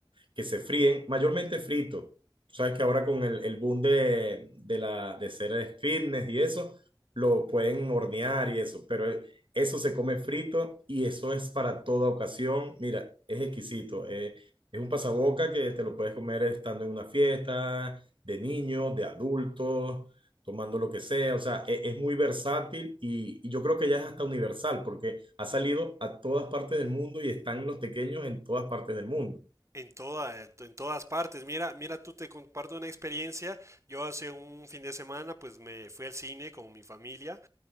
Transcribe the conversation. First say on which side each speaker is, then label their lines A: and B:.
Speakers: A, on the right; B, on the right.
A: que se fríen, mayormente frito. Tú sabes que ahora con el, el boom de, de, la, de ser fitness y eso, lo pueden hornear y eso, pero e- eso se come frito y eso es para toda ocasión. Mira, es exquisito. eh, es un pasaboca que te lo puedes comer estando en una fiesta, de niños, de adultos, tomando lo que sea. O sea, e- es, muy versátil y, y yo creo que ya es hasta universal porque ha salido a todas partes del mundo y están los pequeños en todas partes del mundo.
B: En toda, en todas partes. Mira, mira, tú te comparto una experiencia. Yo hace un fin de semana, pues me fui al cine con mi familia.